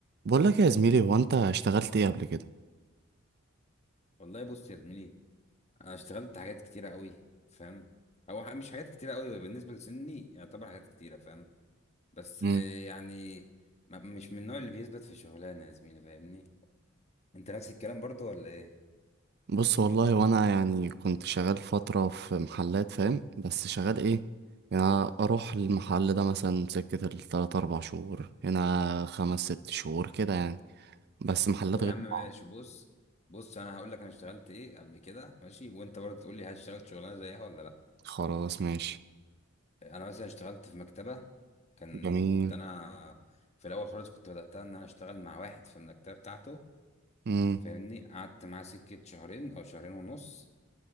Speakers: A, on the right; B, on the left.
A: بقول لك يا زميلي هو انت اشتغلت ايه قبل كده
B: والله بص يا زميلي انا اشتغلت حاجات كتيره قوي فاهم او ح- مش حاجات كتيره قوي بالنسبه لسني يعتبر حاجات كتيره فاهم بس
A: مم.
B: آه، يعني ما- مش من النوع اللي بيثبت في شغلانه يا زميلي فاهمني انت نفس الكلام برضو ولا ايه
A: بص والله وانا يعني كنت شغال فتره في محلات فاهم بس شغال ايه يعني اروح المحل ده مثلا سكه التلات اربع شهور هنا خمس ست شهور كده يعني بس محلات
B: طب يا
A: غير
B: عم ماشي
A: بعض
B: بص بص انا هقول لك انا اشتغلت ايه قبل كده ماشي وانت برضو تقول لي هل اشتغلت شغلانه زيها ولا لا
A: خلاص ماشي
B: انا مثلا اشتغلت في مكتبه كان
A: جميل
B: كنت انا في الاول خالص كنت بداتها ان انا اشتغل مع واحد في المكتبه بتاعته
A: امم
B: فاهمني قعدت معاه سكه شهرين او شهرين ونص